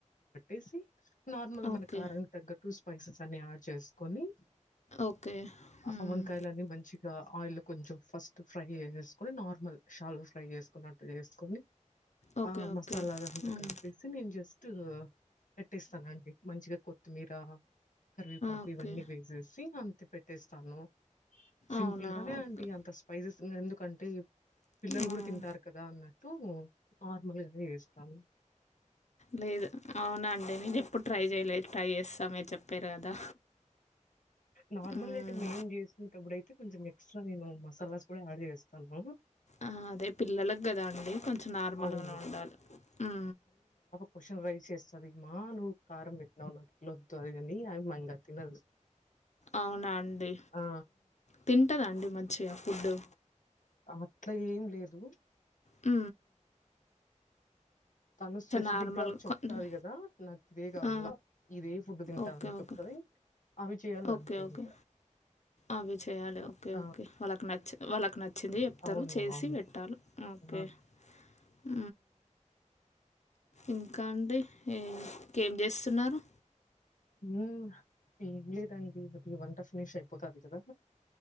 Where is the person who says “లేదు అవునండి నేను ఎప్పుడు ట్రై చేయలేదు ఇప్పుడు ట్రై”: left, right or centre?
Left